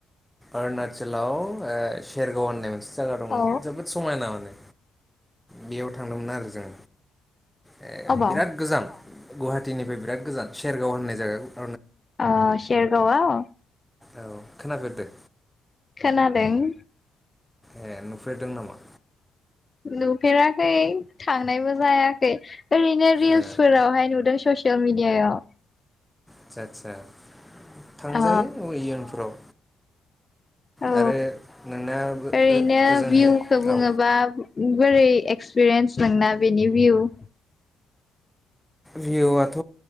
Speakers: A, in the centre; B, on the left.
A: अरुणाचलाव ओ सेरगाव होननाय मोनसे जायगा दंमोन
B: औ
A: जोबोद समायना माने बेयाव थांदोंमोन आरो जों। ए
B: अबाव
A: बिराद गोजान गुवाहाटिनिफ्राय बिराद गोजान सेरगाव होननाय जायागाखौ
B: आ सेरगाव आव?
A: औ खोनाफेरदो?
B: खोनादोंं।
A: ए नुफेरदों नामा?
B: नुफेराखै थांनायबो जायाखै ओरैनो रिल्सफोरावहाय
A: ए
B: नुदों ससियेल मिडियायाव।
A: आसा आतसा। थांजायो
B: अ
A: इयुनफोराव
B: औ
A: आरो नोंना
B: ओरैनो
A: ओजोंहाय
B: भिउखौ बुङोबा
A: औ
B: बोरै एक्सपिरियेन्स नोंना बेनि भिउ
A: भिउआथ'